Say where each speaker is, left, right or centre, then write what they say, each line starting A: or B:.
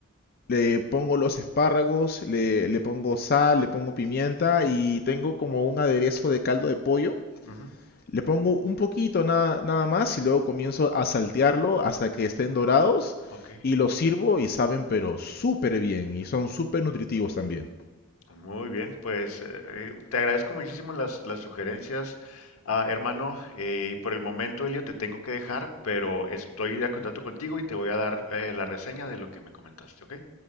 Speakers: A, on the left (about 45°); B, on the left (about 80°).
A: le pongo los espárragos, le, le pongo sal, le pongo pimienta y tengo como un aderezo de caldo de pollo.
B: Ujú,
A: Le pongo un poquito nada, nada más y luego comienzo a saltearlo hasta que estén dorados
B: Ok.
A: y los sirvo y saben pero súper bien y son súper nutritivos también.
B: Muy bien, pues eh, eh, te agradezco muchísimo las, las sugerencias, ah, hermano. Eh, y por el momento, Elio, te tengo que dejar, pero estoy de contacto contigo y te voy a dar eh, la reseña de lo que me comentaste, ¿ok?